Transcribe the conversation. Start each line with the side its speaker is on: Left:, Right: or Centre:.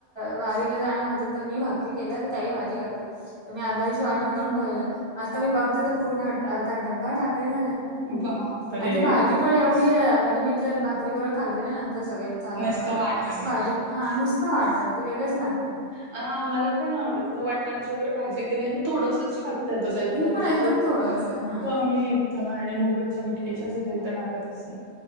Left: वारीला जाणार होत तर मी भाकरी केल्या तर त्यांनी भाजी घातली. तर मी आदल्यादिवशी वाटण करून ठेवलंल. आता मी बघते तर पूर्ण अर्धा ड्बा टाकलेला
Right: बापरे
Left: आणि ती भाजी पण एवढी म्हणजे मी जर भाकरीबरोबर खाल्ली ना नंतर सगळी. झाल्यावर
Right: नुसतं
Left: माझं.
Right: वाटण
Left: ते
Right: वाटण
Left: भाजी हा नुसतं वाटण. ते वेगळेच लागतं
Right: हा मला पण नाही आवडतं. वाटण्याची वगैरे भाजी केली मी थोडसंच खाते सर्प तळ्यामध्ये
Left: मी पण
Right: नाहीतर
Left: एकदम थोडंस हा.
Right: हो मी एकद मुगाच्या मटकीेच्या
Left: हम्म.
Right: भाजीला तर टाकतच नाही.